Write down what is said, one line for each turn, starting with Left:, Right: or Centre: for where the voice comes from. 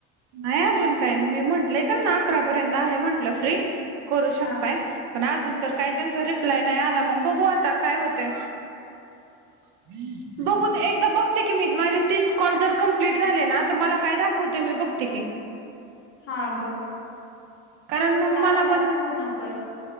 Right: नाही अजून काय मी म्हटलंय त्यां ना अकरा पर्यंत आहे म्हंटलं फ्री करू शकताय.
Left: हा
Right: पण अजून तर काय त्यांचा रिप्लाय नाही आला मग बघू आता काय होते. <unintelligible> बघू देएकदा बघते की मी माझे तीस कॉल जर कम्प्लीट झाले ना तर मला काय दाखवते मी बघते की.
Left: हा बघ
Right: कारण
Left: फक्त
Right: मग
Left: आजच्या
Right: मला पण
Left: आज पूर्ण कर.